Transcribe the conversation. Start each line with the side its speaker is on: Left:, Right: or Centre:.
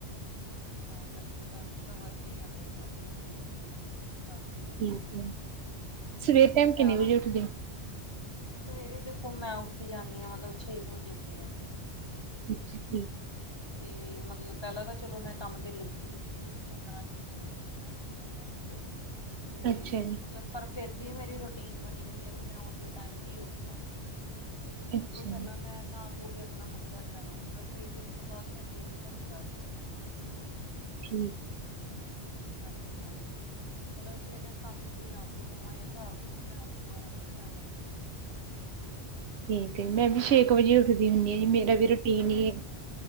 Left: ਤਾਂ ਕਰਕੇ ਦਸ ਕੁ ਤਾ ਵੱਜ ਹੀ ਜਾਂਦੇ ਨੇ ਬਸ ਰੋਟੀ- ਰੋਟੀ ਕਰਦੇ ਹੋਏ
Right: ਠੀਕ ਆ, ਸਵੇਰ ਟਾਈਮ
Left: ਸਿਆਲਾਂ
Right: ਕਿੰਨੇ ਵਜੇ
Left: ਨੇ
Right: ਉੱਠਦੇ ਹੋ?
Left: ਸਵੇਰੇ ਦੇਖੋ ਮੈਂ ਉੱਠੇ ਜਾਂਦੀ ਹਾਂ ਮਤਲਬ ਛੇ ਕੁ ਵਜੇ ਉੱਠੇ ਜਾਂਦੀ ਹਾਂ।
Right: ਅੱਛਾ, ਠੀਕ
Left: ਤੇ ਮਤਲਬ ਪਹਿਲਾਂ ਤਾਂ ਚਲੋ ਮੈਂ ਕੰਮ ਤੇ ਲੱਗੀ ਹੋਈ ਸੀਗੀ ਹੁਣ ਪੰਦਰਾਂ ਕੁ ਦਿਨ ਹੋਏ ਵੀ ਹਨਾ ਉੱਥੋਂ ਹਟੇ
Right: ਹੈ।
Left: ਤੇ
Right: ਅੱਛਾ ਜੀ।
Left: ਮਤਲਬ ਪਰ ਫਿਰ ਵੀ ਮੇਰੀ ਰੁਟੀਨ ਬਣੀ ਹੋਈ ਆ ਵੀ ਮੈਂ ਉਸੇ ਟਾਈਮ ਹੀ ਉੱਠਾ। ਕਿਉਂਕਿ ਸਭ
Right: ਅੱਛਾ।
Left: ਤੋਂ ਪਹਿਲਾਂ
Right: ਜੀ
Left: ਮੈਂ ਨਹਾ ਧੋ ਕੇ ਆਪਣਾ ਮੰਦਿਰ ਜਾਣਾ ਹੁੰਦਾ ਫੇਰ ਉਸ ਉਸ ਤੋਂ ਕੋਈ ਵੀ ਕੰਮ ਕਰਦੀ ਹਾਂ।
Right: ਠੀਕ
Left: ਹਾਂਜੀ- ਹਾਂਜੀ। ਮਤਲਬ ਜੇ ਮੈਂ ਕੰਮ ਤੇ ਜਾਂਦੀ ਹੋਵਾਂ ਜਾਂ ਘਰ ਹੋਵਾਂ ਮੈਂ ਉੱਠਣਾ ਉੱਹੀ ਟਾਇਮ
Right: ਠੀਕ ਏ ਮੈਂ ਵੀ
Left: ਹਾਂ
Right: ਛੇ ਕੁ ਵਜੇ ਉੱਠਦੀ ਹੁੰਦੀ ਹਾਂ ਜੀ ਮੇਰਾ ਵੀ ਰੁਟੀਨ ਹੀ ਏ